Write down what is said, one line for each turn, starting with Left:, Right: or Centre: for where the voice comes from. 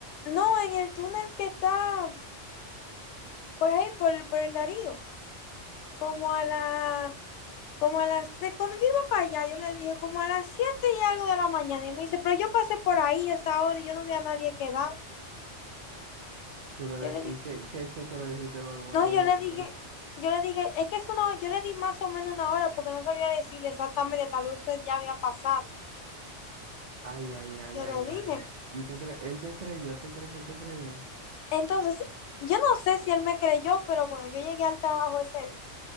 Left: No, en el túnel que está por ahí, por, el- por el Darío, como a la, como a las, de, cuando yo iba para allá, yo le dije como a las siete y algo de la mañana, y él me dice, pero yo pasé por ahí a esa hora y yo no vi a nadie quedado.
Right: ¿Tú te-
Left: Yo le dije,
Right: ¿Y qué, qué, qué tú le dijiste luego cuando
Left: no, yo
Right: le
Left: le
Right: dijiste?
Left: dije, yo le dije, es que es una, ho- yo le di más o menos una hora porque no sabía decirle exactamente, tal vez usted ya había pasado.
Right: Ay, ay, ay,
Left: Yo
Right: ay,
Left: le
Right: ay.
Left: dije.
Right: ¿Y tú crees? Él te creyó, ¿tú crees que él te creyó?
Left: Entonces, yo no sé si él me creyó, pero bueno, yo llegué al trabajo ese día.